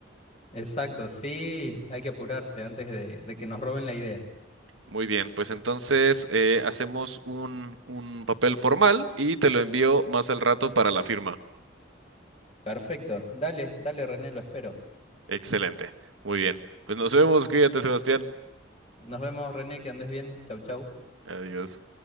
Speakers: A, on the left; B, on the right.
A: Exacto, sí, hay que apurarse antes de, de que nos roben la idea.
B: Muy bien, pues entonces eh, hacemos un, un papel formal y te lo envío más al rato para la firma.
A: Perfecto, dale, dale René, lo espero.
B: Excelente. Muy bien. Pues nos vemos. Cuídate, Sebastián.
A: Nos vemos René, que andes bien, chau chau.
B: Adiós.